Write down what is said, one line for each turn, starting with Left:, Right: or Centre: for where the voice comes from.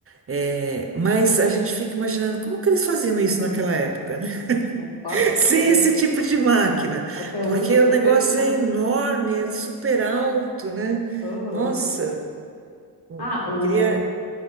Right: Eh, mas a gente fica imaginando como que eles faziam isso naquela época, né?
Left: Não faço
Right: <laughs> Sem
Left: ideia.
Right: esse tipo de máquina,
Left: Até
Right: porque
Left: hoje eu fico
Right: o negócio
Left: <laughs> pensando.
Right: é enorme, é super alto, né?
Left: Aham.
Right: Nossa, eu
Left: Ah, o
Right: queria.